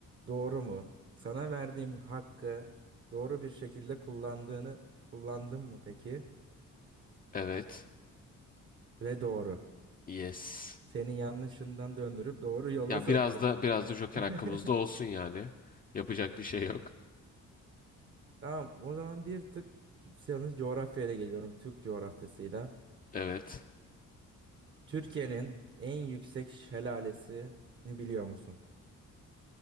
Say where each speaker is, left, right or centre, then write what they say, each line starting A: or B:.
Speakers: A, on the right; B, on the left.
A: doğru mu? Sana verdiğim hakkı doğru bir şekilde kullandığını kullandın mı peki?
B: Evet.
A: Ve doğru.
B: Yes.
A: Seni yanlışından döndürüp doğru yola
B: Ya
A: soktum.
B: biraz da biraz da Joker
A: <laughs>
B: hakkımızda olsun yani. Yapacak bir şey yok.
A: Tamam, o zaman bir tık yalnız coğrafyayla geliyorum. Türk coğrafyasıyla.
B: Evet.
A: Türkiye'nin en yüksek şelalesini biliyor musun?